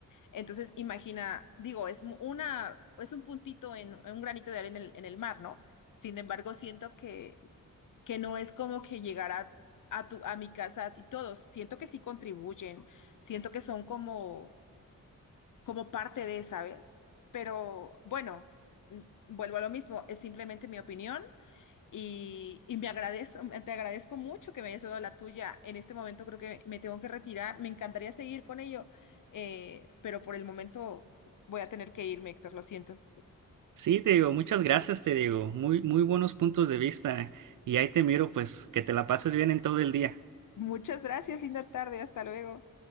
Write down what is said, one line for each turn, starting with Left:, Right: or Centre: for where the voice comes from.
Left: Entonces, imagina, digo, es mu- una, es un puntito en, en un granito de arena en el, en el mar, ¿no? Sin embargo, siento que, que no es como que llegará a tu, a mi casa y todos, siento que sí contribuyen, siento que son como, como parte de, ¿sabes? Pero bueno, mm, vuelvo a lo mismo, es simplemente mi opinión y, y me agradezco, te agradezco mucho que me hayas dado la tuya. En este momento creo que me tengo que retirar. Me encantaría seguir con ello, eh, pero por el momento voy a tener que irme, Héctor, lo siento.
Right: Sí, te digo, muchas gracias, te digo, muy, muy buenos puntos de vista y ahí te miro, pues, que te la pases bien en todo el día.
Left: Muchas gracias, linda tarde, hasta luego.